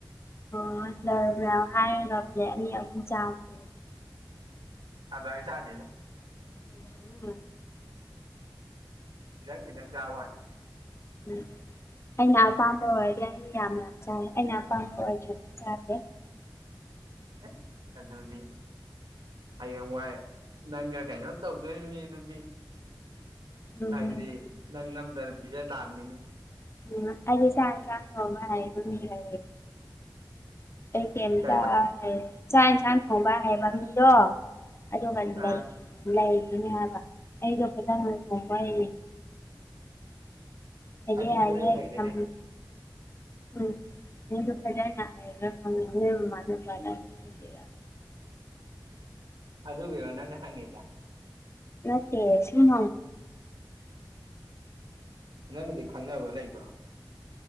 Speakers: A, on the left; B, on the right.
A: ꯑꯣ <unintelligible>
B: ꯑꯗꯥꯏ ꯆꯥꯗꯦꯗ
A: <unintelligible>
B: ꯈꯤꯇꯪ ꯈꯤꯇꯪ ꯆꯥꯕ ꯋꯥꯅꯤ
A: ꯎꯝ ꯑꯩꯅ ꯑꯄꯥꯝꯕ ꯑꯣꯏꯔꯗꯤ ꯑꯩ ꯌꯥꯝ ꯌꯥꯝ ꯆꯥꯏ ꯑꯩꯅ ꯑꯄꯥꯝꯕ ꯑꯣꯏꯗ꯭ꯔꯗꯤ ꯆꯥꯗꯦ
B: ꯑꯁ ꯑꯗꯨꯗꯤ ꯍꯌꯦꯡ ꯋꯥꯏ ꯅꯪꯒ ꯀꯩꯅꯣ ꯇꯧꯗꯣꯔꯤꯕ ꯃꯤꯗꯨꯗꯤ
A: ꯎꯝ
B: ꯍꯥꯏꯗꯤ ꯅꯪ ꯅꯝꯗꯅ ꯄꯤꯖ ꯇꯥꯕꯅꯤꯅ
A: ꯎꯝ ꯑ ꯆꯥꯡ ꯆꯥꯥꯡ ꯐꯕ ꯍꯥꯏꯣ ꯃꯤꯔ ꯑꯩ ꯀꯩꯝꯇ
B: ꯀꯩꯕ
A: ꯍꯥꯏ ꯆꯥꯛ ꯌꯦꯟꯁꯥꯡ ꯊꯣꯡꯕ ꯍꯥꯏꯕ ꯃꯤꯡꯗꯣ ꯑꯗꯨꯒ
B: ꯑꯥ
A: ꯂꯩꯈꯤꯅꯦ ꯍꯥꯏꯕ ꯑꯩꯗꯣ ꯐꯖꯪ ꯍꯊꯣꯛꯄ ꯍꯦ ꯍꯦ
B: ꯑꯗꯨꯗꯤ
A: ꯍꯥꯏꯌꯦꯦ
B: ꯑꯩ ꯂꯩꯔꯦ
A: ꯀꯝꯄ
B: ꯀꯩꯅꯣ
A: ꯎꯝ ꯃꯤꯗꯨ ꯐꯗꯅ ꯍꯥꯏꯕ ꯐꯪꯅꯦ ꯃꯅ ꯄꯂ ꯑꯗꯨ ꯂꯩꯔ
B: ꯑꯗꯨꯗ ꯑꯣꯏꯕꯣ ꯅꯪ ꯍꯪꯦꯇ
A: ꯃꯦ ꯁꯥꯡ
B: ꯎ ꯅꯪꯒꯤꯗꯤ ꯈꯪꯅꯕ ꯂꯩꯕ꯭ꯔꯣ